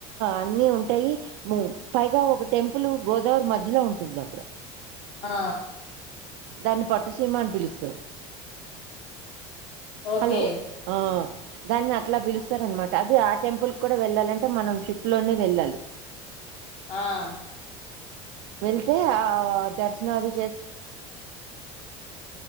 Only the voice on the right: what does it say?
అన్నీ ఉంటాయి పైగా ఒక టెంపుల్ గోదావరి మధ్యలో ఉంటుంది అక్కడ
దాన్ని పట్టుసీమ అని పిలుస్తారు
హలో ఆ దాన్ని అట్లా పిలుస్త సార అనమాట అది ఆ టెంపుల్ కూడా వెళ్ళాలంటే మనం షిప్ లోనే వెళ్ళాలి
వెళ్తే ఆ దర్శనం అది చేస్త